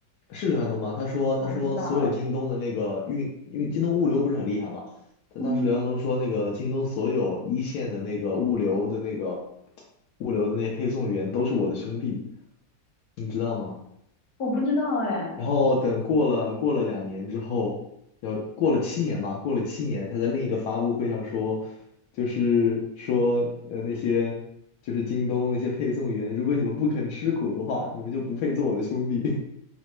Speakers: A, on the left; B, on the left.
A: 是刘寒东吗？他说他说所有京东的那个运，
B: 我不知道哎，
A: 因为京东物流不是很厉害嘛，他当时刘寒东说那个京东所有一线的那个物流的那个
B: 嗯，
A: 物流的那配送员都是我的兄弟，你知道吗？
B: 我不知道哎，
A: 然后等过了过了两年之后，要过了七年吧，过了七年，他在另一个发布会上说，就是说呃那些就是京东那些配送员，如果你们不肯吃苦的话，你们就不配做我的兄弟。